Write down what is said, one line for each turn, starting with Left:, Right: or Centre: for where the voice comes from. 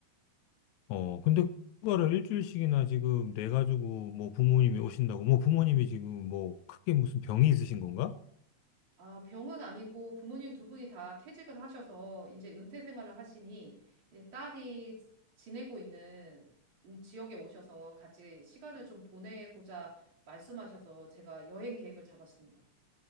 Left: 어, 근데 휴가를 일주일씩이나 지금 내가지고, 뭐, 부모님이 오신다고, 뭐, 부모님이 지금 뭐, 크게 무슨 병이 있으신 건가?
Right: 아, 병은 아니고 부모님 두 분이 다 퇴직을 하셔서 이제 은퇴 생활을 하시니 이제 딸이 지내고 있는 이 지역에 오셔서 같이 시간을 좀 보내고자 말씀하셔서 제가 여행 계획을 잡았습니다.